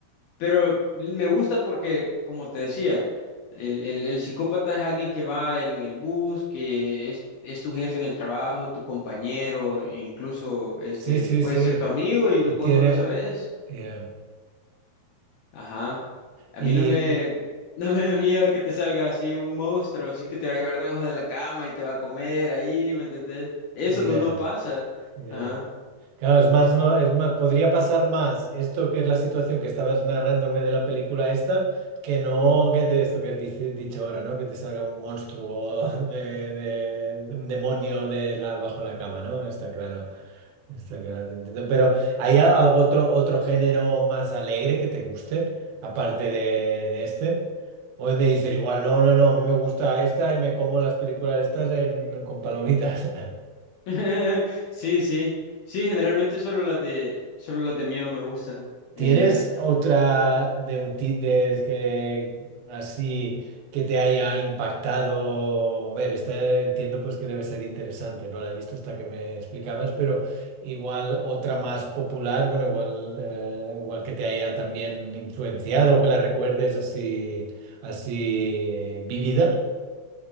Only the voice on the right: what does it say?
Sí, sí,
sí.
Y
tiene,
ya.
Y,
ya,
ya.
Claro, es más, no, es más, podría pasar más esto que es la situación que estabas narrándome de la película esta, que no que de esto que dice dicho ahora, ¿no? Que te salga un monstruo <laughs> de, de- un demonio de la, bajo la cama, ¿no? Está claro. Está claro, te entiendo. Pero ¿hay al- algo otro, otro género más alegre que te guste, aparte de, de este? O me dices igual, no, no, no, a mí me gusta esta y me como las películas estas en- con palomitas.
¿Tienes
otra de un ti- de que así que te haya impactado? A ver, esta entiendo pues que debe ser interesante, no la he visto hasta que me explicabas, pero igual otra más popular, bueno, igual, eh, igual que te haya también influenciado, que la recuerdes así, así vivida,